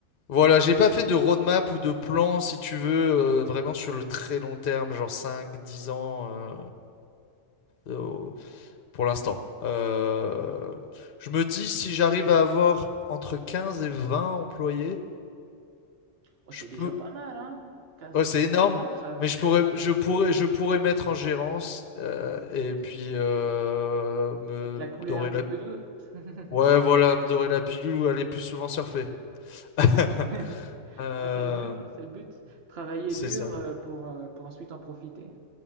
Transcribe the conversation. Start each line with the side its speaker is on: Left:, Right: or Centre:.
Left: voilà, j'ai pas fait de roadmap ou de plan, si tu veux, euh, vraiment sur le très long terme, genre 5 10 ans, euh, euh, pour l'instant. Euh, je me dis, si j'arrive à avoir entre 15 et 20 employés,
Right: Ouais,
Left: je
Right: c'est déjà
Left: peux...
Right: pas mal, hein? 15
Left: Ouais, c'est énorme,
Right: 15 ça,
Left: mais
Right: ça
Left: je pourrais,
Right: fait...
Left: je pourrais, je pourrais mettre en gérance euh, et puis euh, me
Right: Et te la couler
Left: dorer
Right: un peu
Left: la
Right: plus douce. <laughs>
Left: Ouais, voilà, me dorer la pilule ou aller plus souvent surfer. <laughs>
Right: <laughs>
Left: Euh,
Right: Ah, c'est le but, hein, c'est le but. Travailler
Left: c'est
Right: dur
Left: ça,
Right: euh, pour, euh, pour ensuite en profiter.